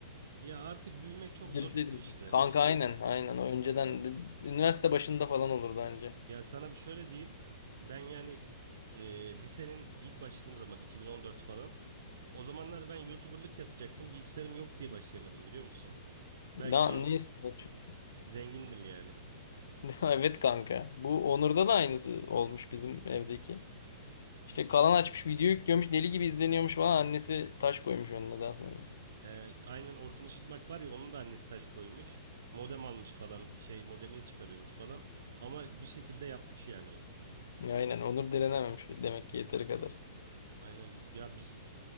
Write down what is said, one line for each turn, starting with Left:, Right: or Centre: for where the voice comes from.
Right: Ya artık büyümek çok
Left: Girseydiniz.
Right: zor ki Twitch'te.
Left: Kanka aynen aynen. O Önceden üniversite başında falan olurdu bence.
Right: Ya sana bir şöyle diyeyim. Ben yani e, lisenin ilk başladığım zaman 2014 falan O zamanlar ben YouTuber'lık yapacaktım. Bilgisayarım yok diye başlayamadım biliyor musun?
Left: Na,
Right: Belki şu
Left: neyse.
Right: an
Left: <laughs>
Right: zengindim yani.
Left: Evet kanka. Bu Onur'da da aynısı olmuş bizim evdeki. İşte kalan açmış video yüklüyormuş deli gibi izleniyormuş falan annesi taş koymuş önüne daha sonra.
Right: Ee, aynen Orkun Işıtmak var ya onun da annesi taş koymuş. Modem almış falan şey modemini çıkarıyormuş falan. Ama bir şekilde yapmış yani o.
Left: Aynen onur direnememiş demek ki yeteri kadar.
Right: Aynen ya biz